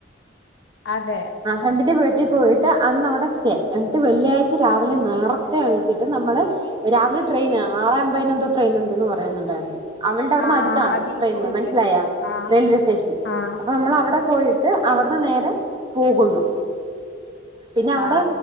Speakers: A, on the left (about 70°); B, on the right (about 25°).
A: അതെ
B: ആഹ് ഫ്രണ്ടിന്റെ വീട്ടിൽ പോയിട്ട് അന്നവിടെ സ്റ്റേ എന്നിട്ട് വെള്ളിയാഴ്ച രാവിലെ നേർത്തെ എണീച്ചിട്ട് നമ്മള് രാവിലെ ട്രെയിന് ആറെ അമ്പതിനെന്തോ ട്രെയിനൊണ്ടെന്ന് പറയുന്നൊണ്ടാരുന്നു അവൾടെ അവിടന്ന്
A: ആ
B: അടുത്താണ്
A: അതീ
B: ട്രെയിന്ന്
A: പോയിട്ട്
B: മനസ്സിലായാ
A: ആ
B: റെയിൽവേ സ്റ്റേഷൻ
A: ആ
B: അപ്പൊ നമ്മളവിടെ പോയി ട്ട് അവിടുന്ന് നേരെ പോകുന്നു പിന്നവടെ
A: ആ